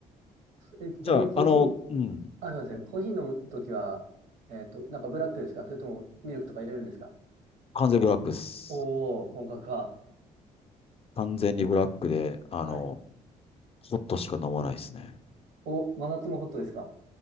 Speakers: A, on the right; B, on the left.
A: え、ちなみにコーヒー、
B: じゃあ、あの、うん。
A: あ、そうですね。コーヒー飲むときは、えっと、なんかブラックですかそれともミルクとか入れるんですか
B: 完全ブラックっす。
A: おー、本格か。
B: 完全にブラックで、あの、
A: はい。
B: ホットしか飲まないですね。
A: お、真夏もホットですか